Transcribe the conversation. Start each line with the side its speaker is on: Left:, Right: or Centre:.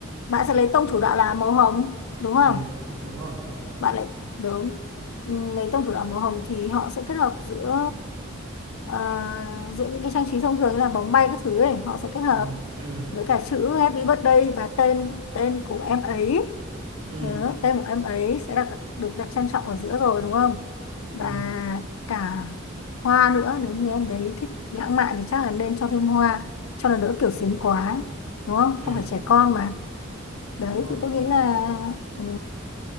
Left: bạn sẽ lấy tông chủ đạo là màu hồng đúng không
Right: ừ đúng rồi
Left: bạn lại đúng Ừ, lấy tông chủ đạo màu hồng thì họ sẽ kết hợp giữa ờ, giữa những cái trang trí thông thường như là bóng bay các thứ ấy họ sẽ kết hợp
Right: ừ ừ
Left: với cả chữ Happy Birthday và tên tên của em ấy
Right: ừ
Left: Đó, tên của em ấy sẽ đặt, được đặt trang trọng ở giữa rồi đúng không và
Right: ừ
Left: cả hoa nữa nếu như em đấy thích lãng mạn thì chắc là nên cho thêm hoa cho nó đỡ kiểu xính quá đúng không
Right: ừ
Left: không phải trẻ con mà đấy
Right: đúng rồi
Left: thì tôi nghĩ là ừ,